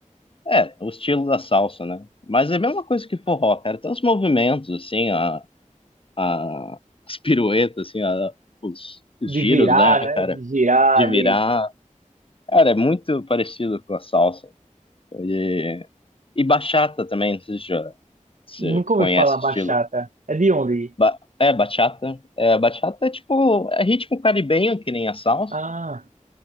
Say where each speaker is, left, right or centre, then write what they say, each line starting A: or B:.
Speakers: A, on the left; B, on the right.
A: É, o estilo da salsa, né? Mas é a mesma coisa que forró, cara. Tem os movimentos, assim, a, a, as piruetas, assim, a, os, os
B: de
A: giros,
B: virar,
A: né,
B: né?
A: cara?
B: De girar,
A: De virar.
B: de
A: Cara, é muito parecido com a salsa. E, e bachata também, não sei se já- se
B: Nunca
A: você
B: ouvi
A: conhece
B: falar bachata.
A: o estilo.
B: É de onde?
A: Ba- é, bachata. É, bachata é tipo, é ritmo caribenho, que nem a salsa,
B: Ah,